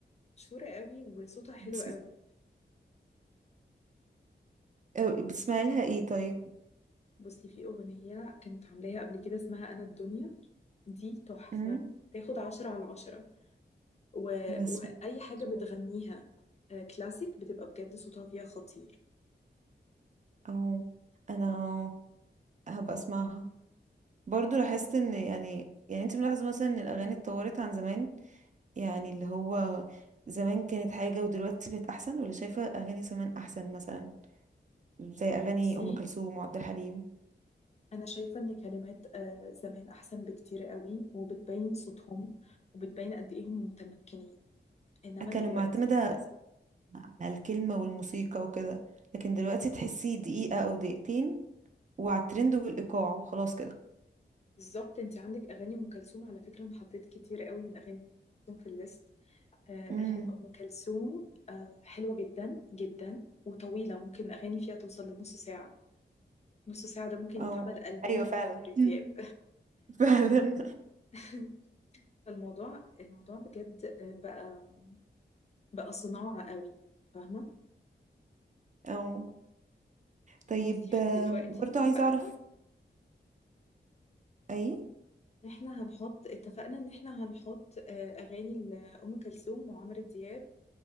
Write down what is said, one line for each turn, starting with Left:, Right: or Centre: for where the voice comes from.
Left: مشهورة قوي وصوتها حلو
Right: بتسم...
Left: قوي
Right: آه، بتسمعي لها ايه طيب
Left: بصي في أغنية كانت عاملاها قبل كده اسمها أنا الدنيا دي تحفة
Right: مم.
Left: تاخد عشرة على عشرة و...
Right: ما سمعتش
Left: وأي حاجة بتغنيها
Right: برضو.
Left: آه، كلاسيك بتبقى بجد صوتها فيها خطير
Right: اه انا هبقى اسمعها برضو لاحظت ان يعني يعني انت ملاحظة مثلا ان الاغاني اتطورت عن زمان يعني اللي هو زمان كانت حاجة ودلوقتي بقت احسن ولا شايفة اغاني زمان احسن مثلا زي اغاني
Left: بصي
Right: ام كلثوم وعبد الحليم
Left: أنا شايفة إن كلمات آه، زمان أحسن بكتير قوي وبتبين صوتهم وبتبين قد إيه هم متمكنين إنما
Right: كانوا
Left: دلوقتي
Right: معتمدة
Left: لأ
Right: على الكلمة والموسيقى وكده لكن دلوقتي تحسي دقيقة او دقيقتين وعلى الترند والايقاع وخلاص كده
Left: بالظبط أنت عندك أغاني أم كلثوم على فكرة أنا حطيت كتير قوي من أغاني أم كلثوم في الليست آه،
Right: امم
Left: أغاني أم كلثوم آه، حلوة جدا جدا وطويلة ممكن أغاني فيها توصل لنص ساعة نص ساعة ده ممكن يتعمل
Right: او
Left: ألبوم
Right: ايوه
Left: لعمرو
Right: فعلا مم.
Left: دياب
Right: <laughs> فعلا
Left: <laughs> الموضوع الموضوع بجد آه، بقى بقى صناعة قوي فاهمة
Right: او طيب
Left: بصي احنا
Right: آم،
Left: دلوقتي
Right: برضو
Left: اتفقنا
Right: عايزة اعرف اي
Left: ان احنا هنحط اتفقنا ان احنا هنحط آه، اغاني لأم كلثوم وعمرو دياب